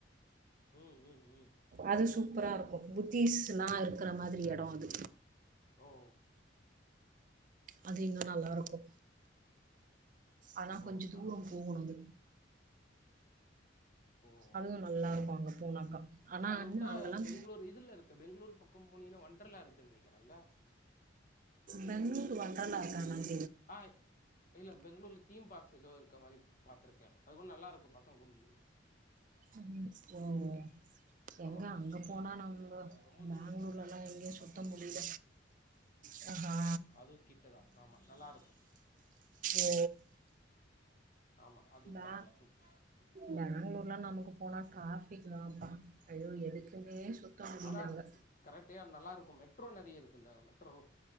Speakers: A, on the left; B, on the right.
A: ம் ம் ம்
B: அது சூப்பரா இருக்கூ புத்திஸ்ல்லா இருக்குற ந் மாதிரி எடோ அது
A: ஓ
B: அது இன்னு நல்லா இருக்கு ஆனா
A: ஓ
B: கொஞ்ச
A: பரவால்ல.
B: தூரோ போகணு அது
A: ஓ ஓ
B: அதுவு
A: ஓ.
B: நல்லா இருக்கு அங்க போனாக்கா ஆனால்
A: அத
B: இன்னும்
A: வுட்டா
B: அங்கெல்லாம்
A: பெங்ளூர் இதுல இருக்கு பெங்ளூருக் பக்கம் போனிங்கன்னா வண்டர்லா இருக்கு நெனைக்கிறல்ல
B: பெங்ளூர் வன்டர்லா இருக்கா என்னங்
A: ஆய் இல்ல பெங்ளூர்ல தீம் பார்க்ஸ் ஏதோ இருக்க மாரி பாத்துருக்கே அது கூட் நல்லா இருக் க்கு பசங் கூட்னு போ
B: தம்மு போவோ எங்க
A: ஆமா, அது
B: அங்க
A: சூப்பரா
B: போனா
A: இருக்கும்.
B: நம்ப
A: அது ரொம்ப தூரம்
B: பேங்ளூர்லல்லா
A: இல்லல்ல அங்கருந்து
B: எங்யு
A: கம்பேர்
B: சுத்த
A: பண்ணும்போது.
B: முடில ஹ ஹா
A: அதுவும் கிட்ட தான். ஆமா, நல்லாருக்கும்.
B: ஓ
A: ஆமா, அதுவும்
B: பே
A: பாக்கலாம் சூப்
B: பேங்ளூ உள்ள நமுக்கு போனா ட்ராஃபிக் தாம்ப்பா ஐயோ எதுக்குமே சுத்த முடியல
A: ஆனா
B: அங்க
A: உட் கரக்டயா நல்லாருக்கு மெட் ட்ரோ நெறய இருக்குல்ல மெட்ரோ